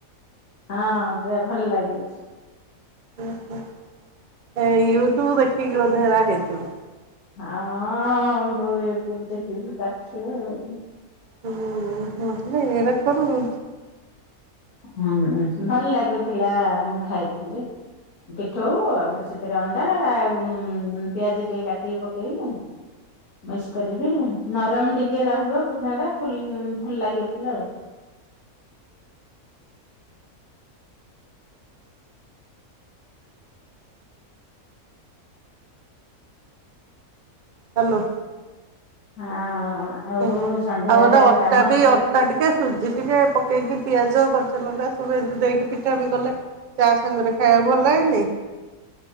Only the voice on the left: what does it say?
ହଁ ପୁରା ଭଲ ଲାଗେ
ହଁ ଅଁ ବୋଉ ୟୁଟୁବ ଦେଖିକି କରଥିବ ଆଉ
ହୁଁ ଭଲ ଲାଗୁଥିଲା ମୁଁଖାଇଥିଲି। ପିଠଉ ଆଉ ସେଥିରେ ଅଣ୍ଡା ଆଉ ଉଁ ପିଆଜ ଟିକେ କାଟିକି ପକେଇଲି ମିକ୍ସ କରିକି ନରମ ଟିକେ ରହିବ ପିଠାଟା ଫୁଲ ଭଲ ଲାଗିଥିଲା ଆଉ
ହଁ ଆଉ
ସନ୍ଧ୍ୟାବେଳେ
କାମ
ସରିଗଲେ